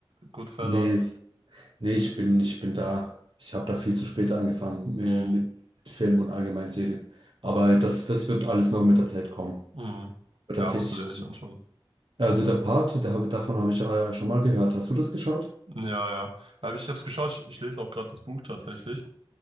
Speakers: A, on the right; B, on the right.
A: Goodfellas?
B: Nee, Nee, ich bin, ich bin da. Ich habe da viel zu spät angefangen äh,
A: Hm.
B: mit Filmen und allgemein Serien. Aber das, das wird alles noch mit der Zeit kommen.
A: Hm.
B: Aber
A: Ja,
B: tatsächlich.
A: musst du dir echt anschauen.
B: Also der Part, der habe, davon habe ich äh, schon mal gehört. Hast du das geschaut?
A: Ja, ja. Ja, Aber ich habe es geschaut, ich, ich lese auch gerade das Buch tatsächlich.